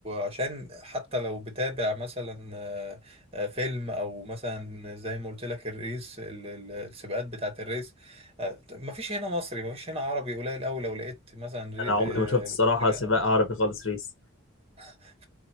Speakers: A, on the right (about 30°); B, on the left (about 65°).
A: عشان حتى لو بتابع مثلا آه، آه، فيلم او مثلا زي ما قلت لك الريس ال- ال- السباقات بتاعه الريس آه، مفيش هنا مصري مفيش هنا عربي قليل قوي لو لقيت مثلا ري-
B: انا عمري
A: آه،
B: ما شفت الصراحه
A: سباق
B: سباق عربي خالص ريس
A: <laughs>